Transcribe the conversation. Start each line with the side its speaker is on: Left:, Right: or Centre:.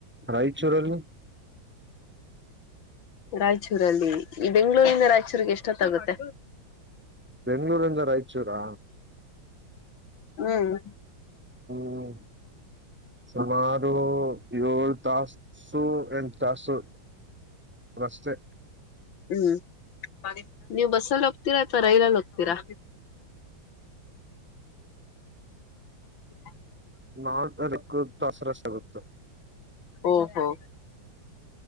Centre: ರಾಯಚೂರುಲ್ಲಿ
Left: ರಾಯಚೂರಲ್ಲಿ ಈ ಬೆಂಗ್ಗಳೂರಿಂದ ರಾಯಚೂರಿಗೆ ಎಷ್ಟೊತ್ತಾಗುತ್ತೆ
Centre: ಬೆಂಗಳೂರಿಂದ ರಾಯಚೂರಾ
Left: ಹ್ಮ್
Centre: ಹ್ಮ ಸುಮಾರು ಏಳ ತಾಸು ಎ ಸ ಸು ರಸ್ತೆ
Left: ಹ್ಮ್ ನೀವು್ ಬಸ್ಸಲ್ಲಿ ಹೋಗ್ತೀರಾ ಅಥವಾ ರೈಲಲ್ಲಿ ಹೋಗ್ತೀರಾ ಹ
Centre: ನ ಅದಕ್ಕ ದ ಸರ ಸಗತ
Left: ಓಹೋ